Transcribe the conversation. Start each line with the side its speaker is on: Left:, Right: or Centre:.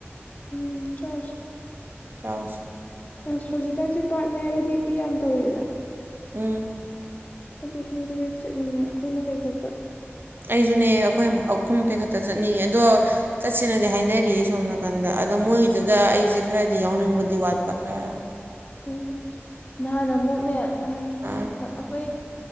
Left: ꯎꯝ ꯆꯠꯁꯦ
Right: ꯌꯥꯁꯤ
Left: ꯑꯁ ꯍꯧꯖꯤꯛꯀꯥꯟꯁꯦ ꯄꯥꯔꯠ ꯃꯌꯥꯏꯗ ꯂꯦꯛꯄꯤ ꯌꯥꯝ ꯇꯧꯋꯤꯗꯅ
Right: ꯎꯝ
Left: ꯑꯗꯨꯁꯨ ꯂꯦ ꯆꯠꯅꯤꯡꯉꯦ ꯑꯩꯈꯣꯏ ꯃꯈꯩ ꯈꯛꯇ
Right: ꯀꯁꯨꯅꯦ ꯑꯩꯈꯣꯏꯈꯨꯝ ꯃꯈꯩ ꯈꯛꯇ ꯆꯠꯅꯤꯡꯉꯦ ꯑꯗꯣ ꯆꯠꯁꯦꯅꯗꯤ ꯍꯥꯏꯅꯔꯤꯌꯦ ꯁꯣꯝ ꯅꯥꯀꯟꯗ ꯑꯣ ꯃꯣꯏ ꯑꯗꯨꯏꯗꯨꯗ ꯑꯩꯁꯦ ꯈꯔꯗꯤ ꯌꯥꯎꯅꯤꯡꯕꯗꯤ ꯋꯥꯠꯄ ꯈꯔ
Left: ꯎꯝ ꯅꯍꯥꯟꯥꯟ ꯑꯃꯨꯛꯅꯦ ꯎꯝ
Right: ꯑꯥ
Left: ꯍꯣꯏ ꯑꯩꯈꯣꯏ